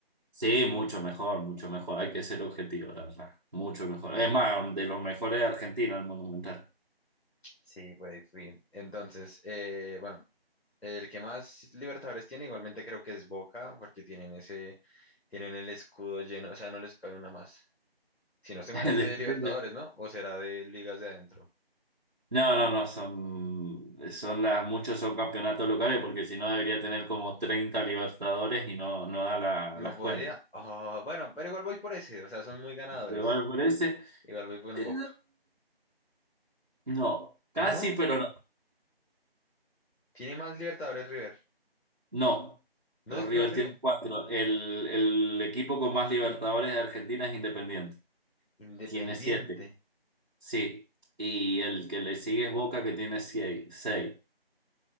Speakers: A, on the right; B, on the left.
A: Sí, mucho mejor, mucho mejor. Hay que ser objetivo, la verdad. Mucho mejor. Es más, de los mejores de Argentina, el Monumental.
B: Sí, por ahí fui. Entonces, eh, bueno, El que más Libertadores tiene, igualmente creo que es Boca, porque tienen ese, tienen el escudo lleno, o sea, no les cabe una más. Si no estoy
A: <laughs>
B: mal es de Libertadores, ¿no? O será de ligas de adentro.
A: No, no, no, son, son las, muchos son campeonatos locales porque si no debería tener como 30 Libertadores y no, no da la-
B: No
A: las
B: podría.
A: cuentas.
B: ah, bueno, pero igual voy por ese, o sea, son muy ganadores.
A: River por ese,
B: Igual voy por un
A: eh,
B: Boca.
A: no, casi,
B: No,
A: pero no.
B: tiene más Libertadores River.
A: No,
B: No
A: los
B: es,
A: River
B: no es River.
A: tienen cuatro. El, el equipo con más Libertadores de Argentina es Independiente.
B: Independiente.
A: Tiene siete, sí. Y el que le sigue es Boca que tiene seis. seis.